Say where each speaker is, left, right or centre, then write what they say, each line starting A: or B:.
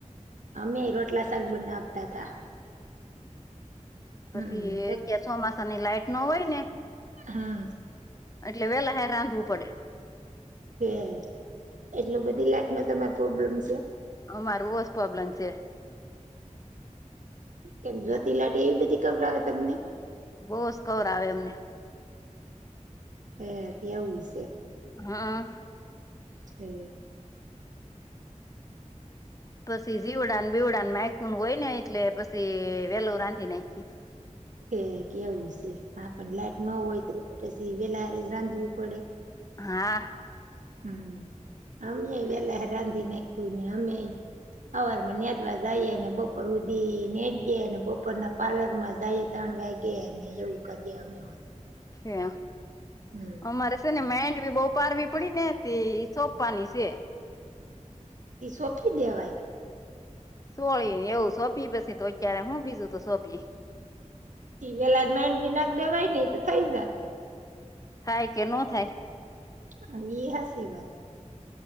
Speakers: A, on the right; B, on the left.
A: અમે રોટલા શાક બ નાવતા તા.
B: પછી
A: હમ
B: અત્યારે ચોમાસાની લાઈટ ન હોય ને.
A: હમ.
B: એટલે વેલા હે રાંધવું પડે.
A: કે એટલ બધી લાઈટમાં તમાર પ્રોબ્લેમ છે?
B: અમારે <unintelligible> જ પ્રોબ્લેમ છે.
A: કેમ જોતિલાટી એવી બધી ખબર આવે તમને?
B: બહ જ સ્કોડ કવર આવે એમને.
A: હ એવું છે.
B: હ.
A: હ.
B: પછી જીવડાાન બીવડા માયખું હોય ને એટલે પછી વેલો રાંધી નાખ.
A: થેક કેવું છે હા પણ લાઈટ ન હોય તો પછી વેલારે જ રાંધવું પડે.
B: હા.
A: હમ, અમે વેલા રાંધી નાખ્યું ને અમે અવાર માં ન્યાદવા જઈએ અને બપોર ઉધી નનેદય અને બપોરના પ્લર માં જાયએ. તણ વાેગેને એવું કરીએ અમે.
B: ઠેઅક <unintelligible>
A: હમ.
B: અમારે છે ને માઇન્ડ બી બહુ પારવી પડી ને તે સોંપવાની છે.
A: એ સોખી દેવાય.
B: સોળી ને એવું સોંપી પછી તો ક્યારે હું બીજું તો સોંપીએ.
A: વેલા મેડ બી નાખ દેવાય નહ તો થઈ જત.
B: થાય કે નો થાય
A: હ ઈ હાસી વાત.